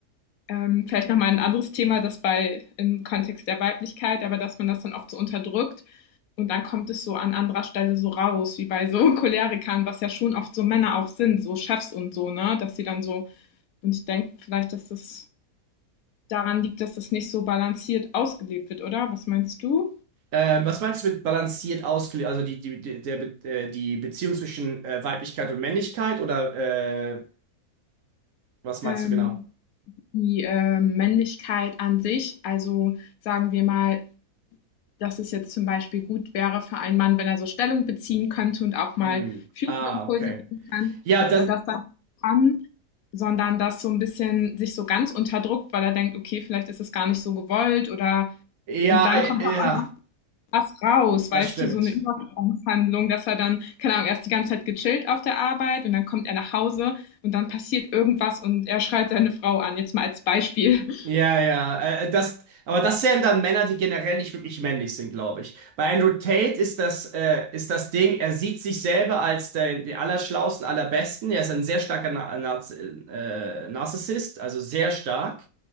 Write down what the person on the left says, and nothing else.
ähm, vielleicht nochmal ein anderes Thema, das bei im Kontext der Weiblichkeit, aber dass man das dann oft so unterdrückt und dann kommt es so an anderer Stelle so raus, wie bei so <laughs> Cholerikern, was ja schon oft so Männer auch sind, so Chefs und so, ne, dass sie dann so, und ich denke vielleicht, dass das daran liegt, dass das nicht so balanciert ausgelebt wird, oder? Was meinst du?
Ähm,
die äh, Männlichkeit an sich, also sagen wir mal dass es jetzt zum Beispiel gut wäre für einen Mann, wenn er so Stellung beziehen könnte und auch mal
führende
Impulse
geben kann,
dass
er das dann kann, sondern dass so ein bisschen sich so ganz unterdrückt, weil er denkt, okay, vielleicht ist es gar nicht so gewollt oder
und dann kommt
dann was raus,
weißt
du, so eine Übersprungshandlung, dass er dann, keine Ahnung, erst die ganze Zeit gechillt auf der Arbeit und dann kommt er nach Hause und dann passiert irgendwas und er schreit seine Frau an, jetzt mal als Beispiel. <laughs>